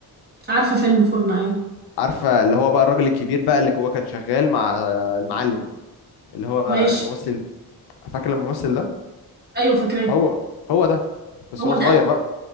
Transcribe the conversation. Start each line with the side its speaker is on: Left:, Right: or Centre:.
Right: عارفة فيلم الفرن أيوة
Left: عارفه اللي هو بقى الراجل الكبير بقى اللي هو كان شغال مع المعلم اللي هو
Right: ماشي
Left: الممثل فاكر الممثل ده
Right: أيوة فاكراه
Left: هو هو ده بس
Right: هو
Left: هو
Right: ده
Left: صغير بقى